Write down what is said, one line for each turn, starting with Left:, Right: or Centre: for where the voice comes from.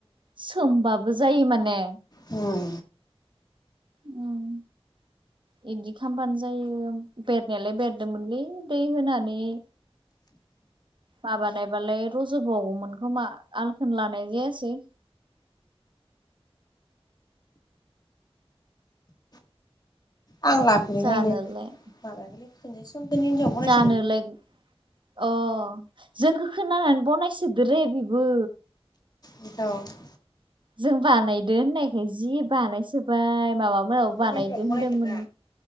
Right: सोमबाबो जायो माने।
Left: उम।
Right: उम। बिदि खालामबानो जायो बेरनायालाय बेरदोंमोनलै दै होनानै <inaudible> माबानायबालाय रज' बावगौमोन खोमा आलखौनो लानाय जायासै।
Left: आं लाफेरैखायनो
Right: जानोलाय
Left: माबायाखैलै खनसे सोमदोनि हिनजावा बानायनायसोदों।
Right: जानोलाय अ जोंखौ खोनानानै बनायसोदो रे बेबो।
Left: बेनोथ'।
Right: जों बानायदों होननायखाय जि बानायसोबाय माबामोनाव
Left: सोमदोननि
Right: बानायदो
Left: हिनजाव
Right: होनदोंमोन
Left: बनायदों दा